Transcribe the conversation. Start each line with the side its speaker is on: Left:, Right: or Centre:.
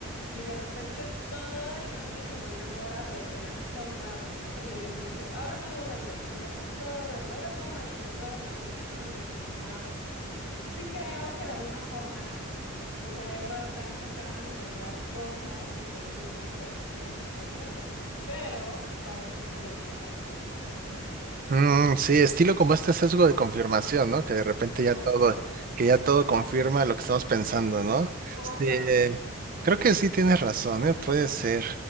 Left: Y de repente todo el camino se volvía morado, de que veíamos todo morado, ¿no? Y el día siguiente, ahora todo verde, y veíamos todo verde, ahora todo amarillo, todo amarillo, ¿no? Y nos impresionaba mucho. Entonces sí creo que de alguna forma tu cerebro está enfocado en encontrar cosas que confirmen pues lo que estás viendo. Pero para esto tendrías que contarme qué te pasó primero.
Right: Mm, sí, estilo como este sesgo de confirmación, ¿no? Que de repente
Left: Justo,
Right: ya todo, que ya todo confirma lo que estamos pensando, ¿no?
Left: justamente,
Right: Sí, creo que sí tienes razón, ¿eh? Puede ser.